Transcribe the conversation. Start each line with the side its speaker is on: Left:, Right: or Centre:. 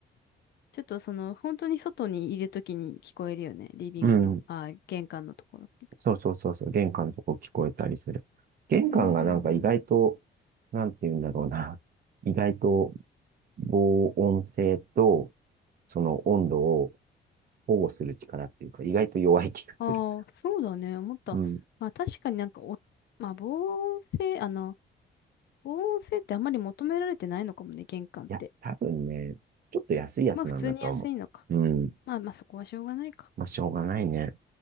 Left: ちょっとその、本当に外にいる時に聞こえるよね。リビングの、
Right: うん、
Left: ああ、玄関のところって。
Right: そうそうそうそう、玄関のとこ聞こえたりする。玄関がなんか意外と、
Left: うんうんうん。
Right: なんて言うんだろうな。意外と防音性と、その温度を保護する力っていうか、意外と弱い気がする。
Left: ああ、そうだね。思った。
Right: うん。い
Left: まあ確かになんかお、まあ防音性、あの、防音性ってあんまり求められてないのかもね、玄関って。
Right: や、多分ね、ちょっと安いやつなんだと思う。
Left: まあ普通に安いのか。
Right: うん。
Left: まあまあそこはしょうがないか。
Right: まあ、しょうがないね。